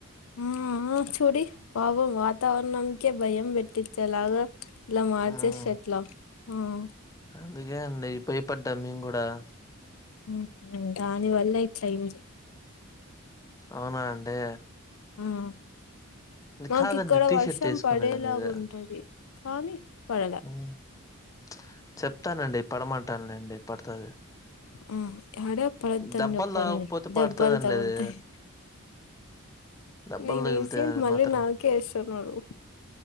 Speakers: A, on the left (about 75°); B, on the left (about 15°).
A: మ్మ్ మూ చూడి పాపం వాతవరణంకే భయం పెట్టిచ్చేలాగా ఇలా మార్చేస్తే
B: మ్మ్
A: ఎట్ల మ్మ్
B: అందుకే అండి భయపడ్డం మేము గూడా!
A: మ్మ్ఁ దాని వల్ల ఇట్ల అయింది
B: అవునా అండి
A: మ్మ్ఁ
B: ఇది
A: మాకు
B: కాదండి
A: ఇక్కడ
B: టీ
A: వర్షం
B: షర్ట్ వేసుకునేది
A: పడేలాగా
B: అనేది
A: ఉంటది. కానీ పడలా
B: మ్ ప్చ్ చెప్తానండి పడమంటాను లేండి పడుతది అదే
A: ఆ ఏడ పడొద్దని
B: దెబ్బలు
A: చెప్పండి
B: తాగకపోతే పడతదండి
A: దెబ్బలు తగులుతయి.
B: అది దెబ్బలు
A: నేను
B: తగిలితే
A: ఏసేది
B: అది
A: మళ్ళీ
B: మాత్రం
A: నాకే ఏస్తున్నాడు